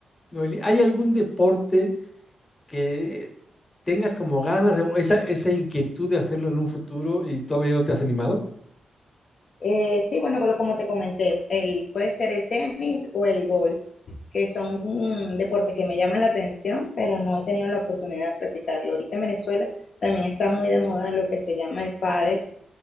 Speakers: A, on the left; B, on the left.
A: Noeli, ¿hay algún deporte que tengas como ganas o esa, esa inquietud de hacerlo en un futuro y todavía no te has animado?
B: Eh, sí, bueno, con lo- como te comenté, el, puede ser el tenis o el golf, que son mm, deportes que me llaman la atención, pero no he tenido la oportunidad de practicarlo. Ahorita en Venezuela también está muy de moda lo que se llama el pádel,